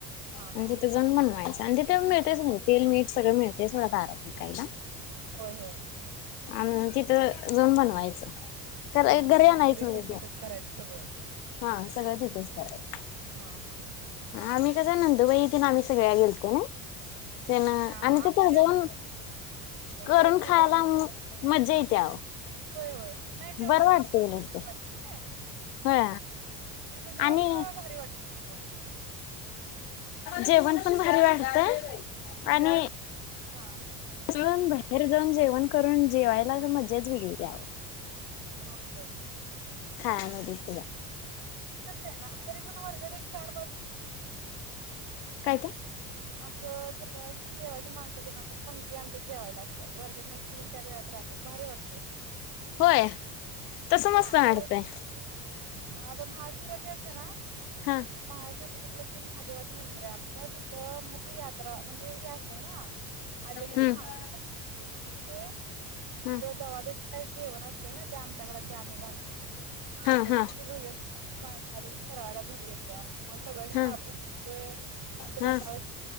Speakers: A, on the right; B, on the left.
A: हा हा
B: म्हणजे ते जण बनवायचं आणि तेल मीठ सगळं मिळते थडा तारातकाईला
A: होय होय
B: आणि तिथं जन बनवायचं
A: हा म्हणजे
B: घरी आणायचं
A: भाकरी
B: नाही
A: तेन तिथंच
B: ते
A: करायचं सगळं
B: हा सगळं तिथंच कराच
A: हा हा
B: आम्ही कस नंदू व इथन आम्ही सगळ्या गेलतो ना ते ना
A: हा हा
B: आणि
A: आपली
B: ते जाऊन
A: ती
B: करून
A: कर ती
B: खायला
A: कर म्हण
B: मजा येते
A: होय होय नाही तेवढाच
B: बरं वाटतंय
A: एक दिवस
B: उलट ते.
A: वाटत.
B: होय
A: चुलीवरच
B: आणि
A: भारी वाटतय जेवण.
B: जेवण पण भारी वाढतं आणि
A: हा
B: ून बाहेर जाऊन जेवण करून जेवायला मजाच विकगली दव
A: होय होय.
B: खायला दिस
A: ना तरी पण वर्षात एक चार पाच
B: काय ते.
A: असं दे देवाची माणसं दे न असत पक्ती आमच्या जेवायला असतात वर्षात एक तीन चार वेळात रा असतात. भारी वाटतय.
B: होय तस मस्त
A: आता
B: मडतय
A: हे हा आता महाशिवराती असते ना.
B: हा.
A: महाशिवरातीला ते महादेवाचं मंदिर आहे आमचं तिथं मग ते यात्रा म्हणजे हे असतें ना. आदल्या दिवशी
B: हम्म
A: महाशीवरात्री दिवशी ते
B: हा
A: जर दवा जेवण असतं ना ते आमच्याकडे ते आम्ही घालतोय माझ्या
B: हा हा
A: दिव भजन माणसा आले कराला घरी घेत्या मग सगळ्या शाबूतय
B: हा
A: नंतर
B: हा
A: रताळ